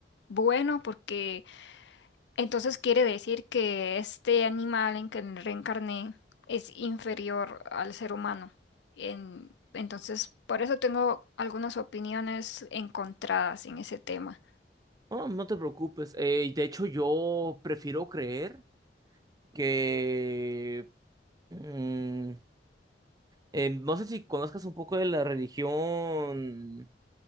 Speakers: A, on the left; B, on the right.
A: bueno porque entonces quiere decir que este animal en que reencarné es inferior al ser humano. En- entonces, por eso tengo algunas opiniones encontradas en ese tema.
B: Oh, no te preocupes. Eh, de hecho, yo prefiero creer que mm, eh, no sé si conozcas un poco de la religión